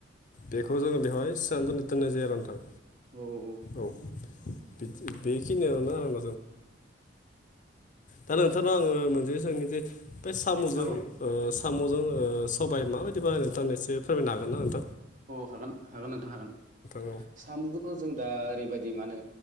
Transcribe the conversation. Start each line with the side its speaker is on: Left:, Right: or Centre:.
Left: बेखौ जोङो बेवहाय सोनानै दोननो दोननाय जायो आरो नोंथां।
Right: औ औ औ।
Left: औ बेदि बेखिनियावनो <unintelligible> दा नोंथांनाव आंङो मोनसे सोंनोसै बे साम'जों
Right: औ
Left: ओ साम'जों ओ सबाय माबायदि बानायो नोंथां एसे फोरमायनो हागोन ना नोंथां?
Right: हागोन हागोन नोंथां हागोन
Left: नोंथां
Right: सामथ' जों दा ओरैबायदि दि मा होनो